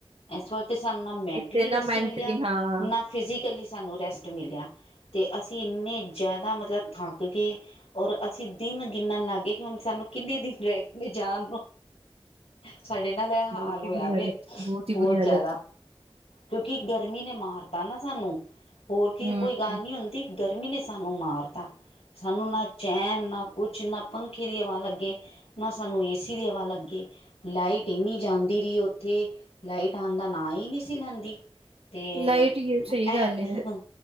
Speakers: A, on the left (about 80°); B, on the right (about 80°).
A: ਇਸ ਵਾਰਤੇ ਸਾਨੂੰ ਨਾ ਮੈਂਟਲੀ
B: ਇੱਥੇ ਨਾ
A: ਰੈਸਟ
B: ਮੈਂਟਲੀ
A: ਮਿਲਿਆ
B: ਹਾਂ
A: ਨਾ ਫੀ ਫਿਜ਼ੀਕਲੀ ਸਾਨੂੰ ਰੈਸਟ ਮਿਲਿਆ ਅਤੇ ਅਸੀਂ ਇੰਨੇ ਜ਼ਿਆਦਾ ਮਤਲਬ ਥੱਕ ਗਏ। ਔਰ ਅਸੀਂ ਦਿਨ ਗਿਣਣ ਲੱਗ ਗਏ ਕਿ ਹੁਣ ਸਾਨੂੰ ਕਿੰਨੇ ਦਿਨ ਰਹਿ ਗਏ ਨੇ ਜਾਣ ਨੂੰ ਸਾਡੇ ਨਾਲ ਇਹ
B: ਬਹੁਤ
A: ਹਾਲ
B: ਹੀ
A: ਹੋਇਆ
B: ਬੁਰੀ
A: ਵੇ
B: ਹਾਲਤ ਹੀ
A: ਬਹੁਤ
B: ਬੁਰੀ ਹਾਲਤ
A: ਜ਼ਿਆਦਾ ਕਿਉਂਕਿ ਗਰਮੀ ਨੇ ਮਾਰਤਾ ਨਾ ਸਾਨੂੰ ਹੋਰ ਕੀ
B: ਹਮ
A: ਕੋਈ ਗੱਲ ਨਹੀਂ ਹੁੰਦੀ। ਗਰਮੀ ਨੇ ਸਾਨੂੰ ਮਾਰਤਾ ਸਾਨੂੰ ਨਾ ਚੈਨ ਨਾ ਕੁਛ ਨਾ ਪੰਖੇ ਦੀ ਹਵਾ ਲੱਗੇ ਨਾ ਸਾਨੂੰ ਏ ਸੀ ਦੀ ਹਵਾ ਲੱਗੇ ਲਾਈਟ ਇੰਨੀ ਜਾਂਦੀ। ਦੀਰੀ ਉੱਥੇ ਲਾਈਟ ਆਉਂਦਾ ਨਾ ਹੀ ਨਹੀਂ ਸੀ ਲੈਂਦੀ। ਤੇ,
B: ਲਾਈਟ ਹੀ ਸਹੀ
A: ਇਹ
B: ਗੱਲ ਹੈ